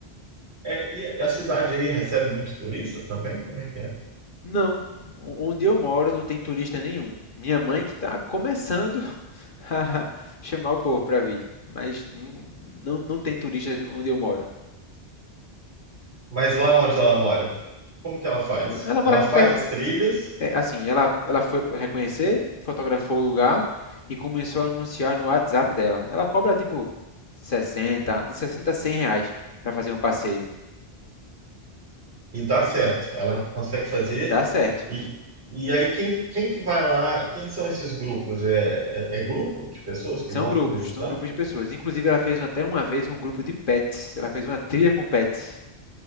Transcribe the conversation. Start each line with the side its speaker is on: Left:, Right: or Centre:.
Right: É, e a cidade aí recebe muito turista também? Como é que é?
Left: Não, o- onde eu moro não tem turista nenhum. Minha mãe que está começando <laughs> Chamar o povo para vir, mas não, não, não tem turistas onde eu moro.
Right: Mas lá onde ela mora, como que ela faz?
Left: Ela mora
Right: Ela
Left: aqui
Right: faz
Left: perto.
Right: as trilhas
Left: É, assim, ela, ela foi reconhecer, fotografou o lugar e começou a anunciar no WhatsApp dela. Ela cobra tipo 60 de 60 a 100 reais para fazer um passeio.
Right: E dá certo, ela consegue fazer.
Left: Dá certo.
Right: E, e aí, quem, quem que vai lá? Quem são esses grupos? É, é, é grupo de pessoas
Left: São
Right: que vão
Left: grupos,
Right: visitar?
Left: são grupos
Right: <laughs>
Left: de pessoas. Inclusive, ela fez até uma vez um grupo de pets. Ela fez uma trilha com pets.